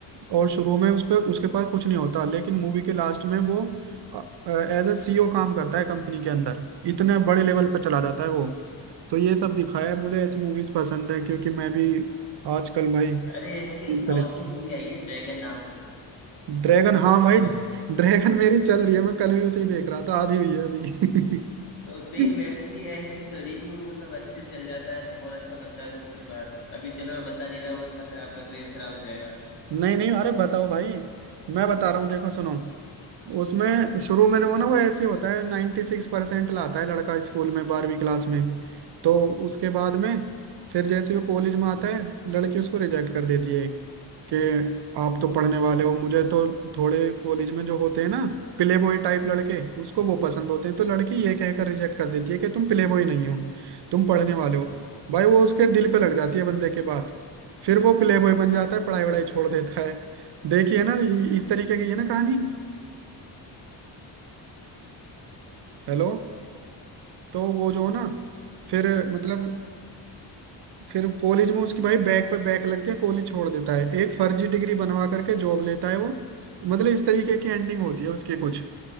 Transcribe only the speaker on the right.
और शुरू में उस पे उसके पास कुछ नहीं होता लेकिन मूवी के लास्ट में वो एज ए सीईओ काम करता है कंपनी के अंदर इतने बड़े लेवल पर चला जाता है वो तो ये सब दिखाया है मुझे ऐसी मूवीज पसंद है क्योंकि मैं भी आजकल भाई
इस
तरह
ड्रैगन हाँ
भाई ड्रैगन मेरी चल रही है मैं कल भी उसे ही देख रहा था आधी हुई है अभी
<laughs>
नहीं नहीं अरे बताओ भाई मैं बता रहा हूँ देखो सुनो उसमें शुरू में वो ना वो ऐसे होता है नाइन्टी सिक्स परसेंट लाता है लड़का स्कूल में बारहवीं क्लास में तो उसके बाद में फिर जैसे वो कॉलेज में आता है लड़की उसको रिजेक्ट कर देती है एक कि आप तो पढ़ने वाले हो मुझे तो थोड़े कॉलेज में जो होते हैं ना प्ले बॉय टाइप लड़के उसको वो पसंद होते हैं तो लड़की ये कहकर रिजेक्ट कर देती है कि तुम प्ले बॉय नहीं हो तुम पढ़ने वाले हो
भाई वो उसके दिल पे लग जाती है बंदे के फिर वो प्ले बॉय बन जाता है पढ़ाई वढ़ाई छोड़ देता है देखिए ना इ- इस तरीके की है ना कहानी हेलो तो वो जो ना फिर मतलब फिर कॉलेज में उसकी भाई बैक पे बैक लगती है कॉलेज छोड़ देता है एक फर्जी डिग्री बनवा करके जॉब लेता है वो मतलब इस तरीके की एंडिंग होती है उसके कुछ